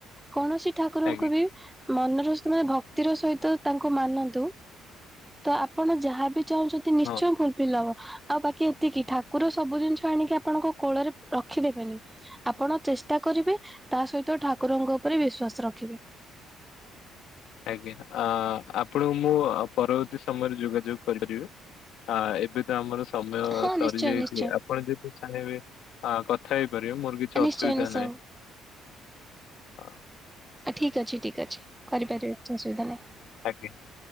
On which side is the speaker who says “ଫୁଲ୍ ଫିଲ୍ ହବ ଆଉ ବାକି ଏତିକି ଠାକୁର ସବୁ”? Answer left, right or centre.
Centre